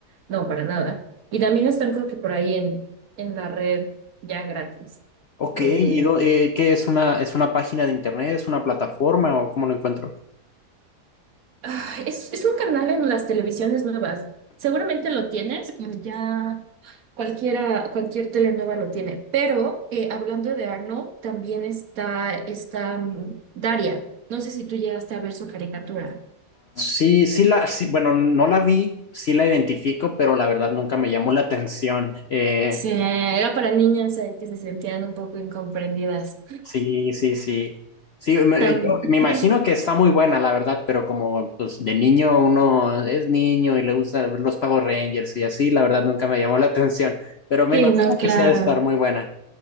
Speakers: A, on the right; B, on the left.
A: No, para nada. Y también están creo que por ahí en, en la red ya gratis.
B: Ok,
A: Eh,
B: ¿y dó- eh, qué es una, es una página de internet, es una plataforma o cómo lo encuentro?
A: Ay, es, es un canal en las televisiones nuevas. Seguramente lo tienes, como ya cualquiera, cualquier tele nueva lo tiene. Pero eh, hablando de Arnold, también está, está mm, Daria. No sé si tú llegaste a ver su caricatura.
B: Sí, sí la, sí, bueno, no la vi, sí la identifico, pero la verdad nunca me llamó la atención. Eh,
A: Sí, era para niñas ahí que se sentían un poco incomprendidas.
B: sí, sí, sí. Sí, me,
A: Tam-
B: yo me imagino
A: <laughs>
B: que está muy buena, la verdad, pero como pues de niño uno es niño y le gusta ver los Power Rangers y así, la verdad nunca me llamó la atención, pero me
A: Sí,
B: imagino
A: no, claro.
B: que sí ha de estar muy buena.